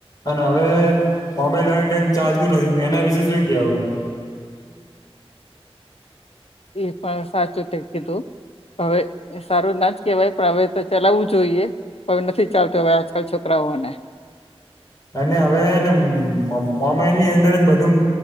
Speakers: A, on the left; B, on the left.
A: અને હવે મોબાઈલ વગર કઈ ચાલતું નથી એના વિશે શું કેવું હે?
B: એ પણ સાચું તે કીધું પણ હવે એ સારું ના જ કેહેવાય પણ હવે તો ચલાવવું જોઈએ હવે નથી ચાલતું હવે આજકાલ છોકરાઓને.
A: અને હવે હેને મોબાઈલ ની અંદર જ બધું